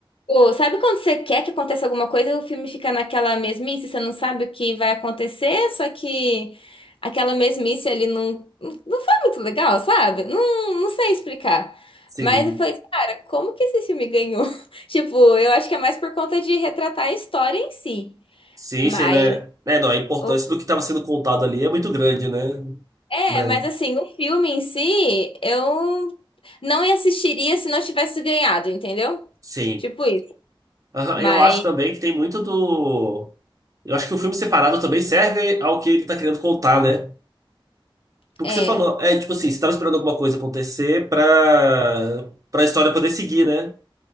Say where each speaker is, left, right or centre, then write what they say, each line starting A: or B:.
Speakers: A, on the left; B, on the right.
A: Pô, sabe quando você quer que aconteça alguma coisa e o filme fica naquela mesmice, você não sabe o que vai acontecer, só que aquela mesmice ali não, não foi muito legal, sabe? Não, não sei explicar.
B: sim.
A: Mas eu falei, cara, como que esse filme ganhou? <laughs> Tipo, eu acho que é mais por conta de retratar a história em si.
B: Sim,
A: Mas,
B: sim, né? É, não, a importância
A: o-
B: do que estava sendo contado ali é muito grande, né?
A: é,
B: Né?
A: mas assim, o filme em si, eu não assistiria se não tivesse ganhado, entendeu?
B: Sim.
A: Tipo isso.
B: Aham,
A: Mas,
B: Eu acho também que tem muito do. Eu acho que o filme separado também serve ao que ele está querendo contar, né? O
A: é,
B: que você falou é tipo assim, você tava esperando alguma coisa acontecer pra, pra história poder seguir, né?